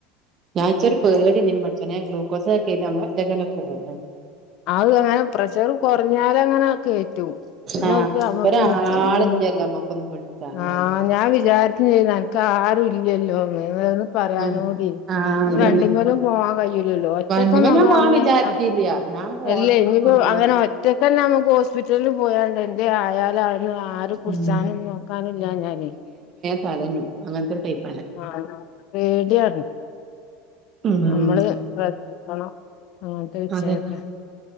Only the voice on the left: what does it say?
ആ അങ്ങനെ പ്രഷറ് കൊറഞ്ഞാലങ്ങനെ കേറ്റും പിന്നെ
അവർക്ക് അമ്മക്ക്
കാപ്ലെ
ആ ഞാൻ വിജാരിച്ച്ചെയ്യുനല്ല <unintelligible> കാർ ഇല്ലല്ലോന്ന് നിവെർതെപറയാനൂടി
ഇ
വണ്ടിമലും പോവാൻ കയ്യുല്ലല്ലോ ഒറ്റക്കൊന്നുനമ്മളങ്ങനെ
ആ
അല്ലേ
ഇനിപ്പോ
അങ്ങനെ ഒറ്റക് തന്നെ നമുക്ക് ഹോസ്പിറ്റലിൽ പോയാണ്ട് എൻതേലായാലായി ന്ന് ആര് പുടിച്ചാനും
നോക്കാനും ഇല്ലാഞ്ഞാല്
ആണോ പേടിയാണ്
നമ്മള് ശ്രദ്ധിക്കണം അങ്ങൻത്തെ വിച്ച
യൊക്കെ